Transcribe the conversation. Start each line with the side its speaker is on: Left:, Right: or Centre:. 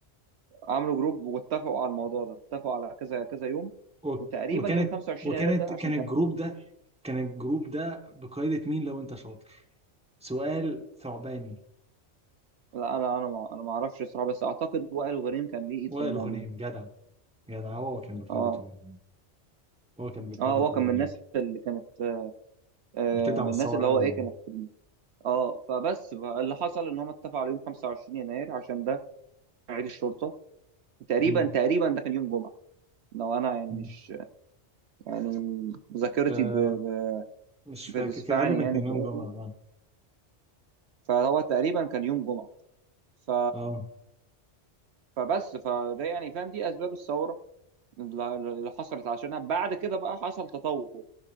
Right: عملوا جروب واتفقوا على الموضوع ده اتفقوا على كذا كذا يوم
Centre: و-
Right: وتقريبا
Centre: وكانت
Right: يوم 25
Centre: وكانت
Right: يناير ده
Centre: كان
Right: عشان
Centre: الجروب
Right: كان
Centre: ده كان الجروب ده بقيادة مين لو انت شاطر سؤال ثعباني
Right: لا لا انا ما انا ما اعرفش الصراحه بس اعتقد وائل غريم كان ليه ايد
Centre: وائل
Right: في الموضوع
Centre: غنيم جدع جدع هو كان بقيادة
Right: اه
Centre: وائل غنيم هو كان بقيادة
Right: اه هو كان
Centre: وائل
Right: من
Centre: غنيم
Right: الناس اللي كانت آه
Centre: بتدعم
Right: من
Centre: الثورة
Right: الناس اللي هو
Centre: قوي
Right: ايه
Centre: يعني
Right: كانت في الم- اه فبس بقى اللي حصل ان هم اتفقوا على يوم 25 يناير عشان ده كان عيد الشرطه تقريبا
Centre: مم.
Right: تقريبا ده كان يوم جمعه لو انا يعني
Centre: مم.
Right: مش يعني ذاكرتي
Centre: آه
Right: ب- ب-
Centre: مش
Right: بتسفعني
Centre: فاكر كان غالبا
Right: يعني
Centre: كان
Right: كويس
Centre: يوم جمعة اه
Right: فهو تقريبا كان يوم جمعه ف
Centre: اه
Right: فبس فده يعني فاهم دي اسباب الثوره اللي اللي حصلت عشانها بعد كده بقى حصل تطور